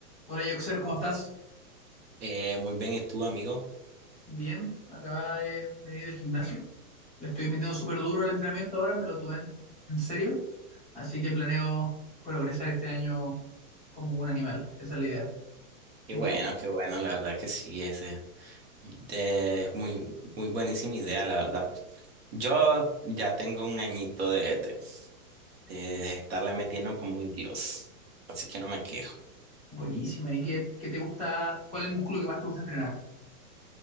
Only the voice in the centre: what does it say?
Hola Joxer, ¿cómo estás?
Bien, acaba de venir del gimnasio. Le estoy metiendo súper duro al entrenamiento ahora, me lo tomé en, en serio, así que planeo progresar este año como un animal, esa es la idea.
¿Y
tú?
Buenísima, ¿y qué, qué te gusta? ¿Cuál es el músculo que más te gusta entrenar?